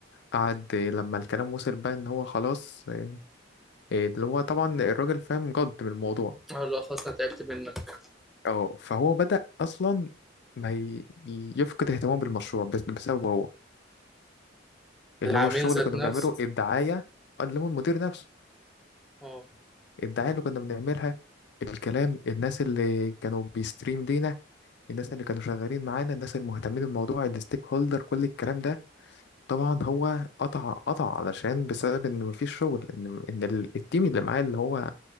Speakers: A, on the left; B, in the centre.
A: قعد آه، لما الكلام وصل بقى ان هو خلاص آه، آه، اللي هو طبعا الراجل فاهم جد من الموضوع
B: اه لا خلاص انا تعبت منك
A: اه فهو بدأ اصلا ما ي- يفقد اهتمامه بالمشروع بس- بسببه هو اللي
B: العميل
A: هو الشغل
B: ذات
A: اللي كنا
B: نفسه
A: بنعمله الدعاية قال له المدير نفسه
B: اه
A: الدعاية اللي كنا بنعملها الكلام الناس اللي كانوا بيستريم لينا الناس اللي كانوا شغالين معانا الناس المهتمين بالموضوع الستيك هولدر كل الكلام ده طبعا هو قطع قطع علشان بسبب ان مفيش شغل ان ان ال- التيم اللي معاه اللي هو